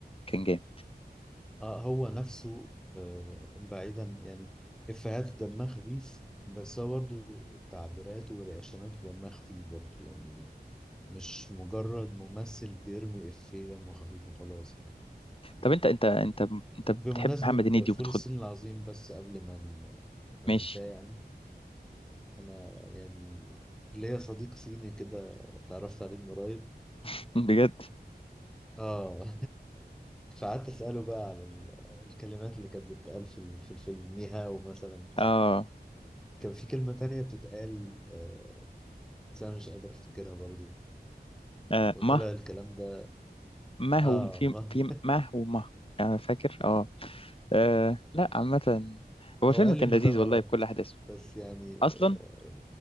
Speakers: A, on the left; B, in the centre.
A: كان جامد
B: آه هو نفسه آه بعيدا يعني إفيهاته دمها خفيف بس هو برضه تعبيراته ورياكشناته دمها خفيف برضه يعني مش مجرد ممثل بيرمي إفيه دمه خفيف وخلاص يعني
A: طب انت انت انت انت بتحب
B: بمناسبة
A: محمد هنيدي
B: فول
A: وبتخد
B: الصين العظيم بس قبل ما ن- ما
A: ماشي
B: ننساه يعني انا يعني ليا صديق صيني كده اتعرفت عليه من قريب
A: <laughs> بجد
B: اه <laughs> فقعدت اساله بقى على ال- الكلمات اللي كانت بتتقال في ال- في الفيلم نيهاو مثلا
A: اه
B: كان في كلمه تانية بتتقال آه، بس انا مش قادر افتكرها برضه
A: آه،
B: وطلع
A: مه
B: الكلام ده
A: ما هو
B: اه
A: في
B: ما
A: في ما هو ما يعني فاكر اه آه، لا عامة هو
B: هو
A: فيلم
B: قال
A: كان
B: لي ان
A: لذيذ
B: ده غلط
A: والله بكل أحداثه
B: بس يعني
A: أصلا
B: آه،